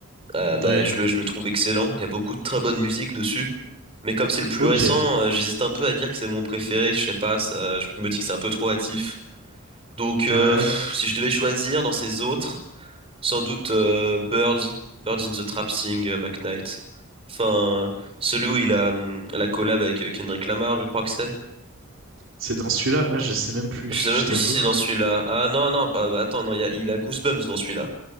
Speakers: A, on the right (about 25°); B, on the right (about 65°).
A: euh,
B: Ouais,
A: bah, je le, je le trouve excellent. Il y a beaucoup de très bonne musique dessus. Mais comme c'est le plus
B: ok.
A: récent, euh, j'hésite un peu à dire que c'est mon préféré, je sais pas, ça, je me dis que c'est un peu trop hâtif. Donc, euh,
B: Ouais.
A: pff, si je devais choisir dans ces autres, sans doute euh, Birds, Birds in the Trap Sing, euh, McKnight. Enfin, celui où il a hum, la collab avec euh, Kendrick Lamar, je crois que c'est.
B: C'est dans celui-là? Ah, je sais même plus,
A: Je
B: je
A: sais même plus
B: t'avoue.
A: si c'est dans celui-là. Ah non, non, bah, bah, attends, non, il y a, il a Goosebumps dans celui-là.